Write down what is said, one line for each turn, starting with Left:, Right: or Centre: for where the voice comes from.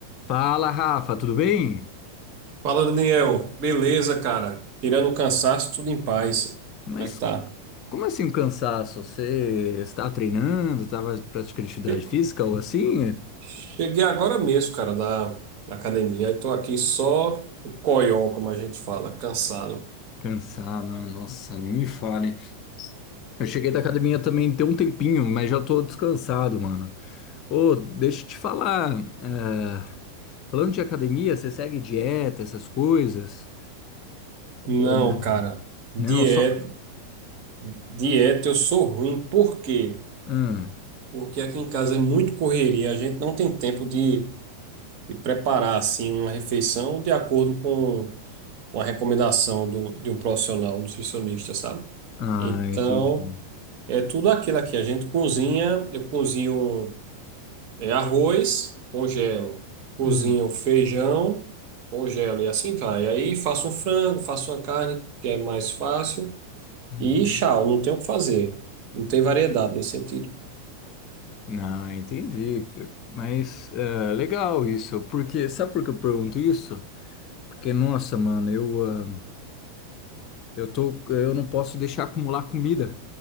Left: Fala, Rafa, tudo bem?
Right: Fala, Daniel. Beleza, cara? Tirando o cansaço, tudo em paz.
Left: Mas
Right: Como é que tá?
Left: como assim um cansaço? Você estava treinando, estava praticando atividade
Right: Che-
Left: física ou assim?
Right: Cheguei agora mesmo, cara, da, da academia. Estou aqui só o coió, como a gente fala, cansado.
Left: Cansar, mano, nossa, nem me fale. Eu cheguei da academia também tem um tempinho, mas já tô descansado, mano. Ô, deixa eu te falar, é, falando de academia, você segue dieta, essas coisas?
Right: Não,
Left: Ou não?
Right: cara. Dieta,
Left: Não, só...
Right: dieta eu sou ruim. Por quê?
Left: Ah,
Right: Porque aqui em casa é muito correria. A gente não tem tempo de, de preparar, assim, uma refeição de acordo com uma recomendação do, de um profissional, um nutricionista, sabe?
Left: ah,
Right: Então...
Left: entendi.
Right: É tudo aquilo aqui. A gente cozinha, eu cozinho é, arroz, congelo. Cozinho
Left: Hum,
Right: feijão, congelo e assim vai. Aí faço um frango, faço uma carne, que é mais fácil.
Left: uhum.
Right: E tchau, não tem o que fazer. Não tem variedade nesse sentido.
Left: Ah, entendi. que- Mas é, legal isso, porque sabe por que eu pergunto isso? Porque, nossa, mano, eu, ah, eu tô, eu não posso deixar acumular comida,